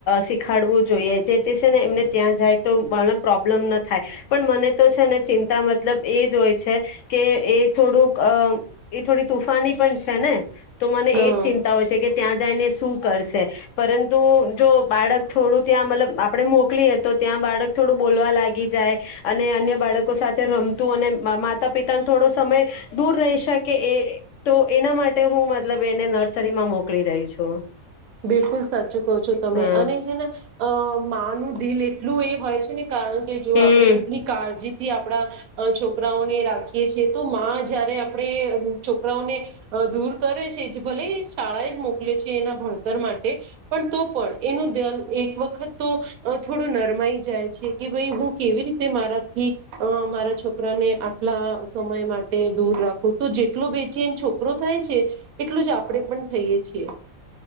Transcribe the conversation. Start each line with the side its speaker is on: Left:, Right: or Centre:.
Left: શીખાડવું જોઈએ જે તે છે ને એમને ત્યાં જાય તો મ પ્રોબ્લેમ ન થાય પણ મને તો છે ને ચિંતા મતલબ એ જ હોય છે કે એ થોડુંક અ એ થોડી તુફાની પણ છે ને. તો મને
Right: હા
Left: એજ ચિંતા હોય છે કે ત્યાં જઈને શું કરશે? પરંતુ જો બાળક થોડું ત્યાં મતલબ આપણે મોકલીએ તો ત્યાં બાળક થોડું બોલવા લાગી જાય અને અન્ય બાળકો સાથે રમતું અને માતા પિતાને થોડો સમય દૂર રહી શકે એ તો એના માટે હું મતલબ એને નર્સરીમાં મોકલી રહી છું.
Right: બિલકુલ સાચું કહો છો તમે
Left: હા.
Right: અને હને અ માનું દિલ એટલું એ હોય છે ને કારણ કે જો
Left: હમ
Right: આપડે કેટલી કા જી થી આપણા છોકરાઓને રાખીએ છીએ તો માં જયારે આપણે છોકરાઓને દૂર કરે છે ભલે શાળા જ મોકલે છે એના ભણ તર માટે પણ તો પણ એનું ધ્યાન એક વખત તો થોડું નર્મ મૈ જાય છે કે ભાઈ હું કેવી રીત તે મારાથી મારા છો કરાને આટલા સમય માટે દૂર રાખો તો જેટલો બેચેન છોકરો થાય છે એટલું જ આપણેે પણ થઈએ છીએ.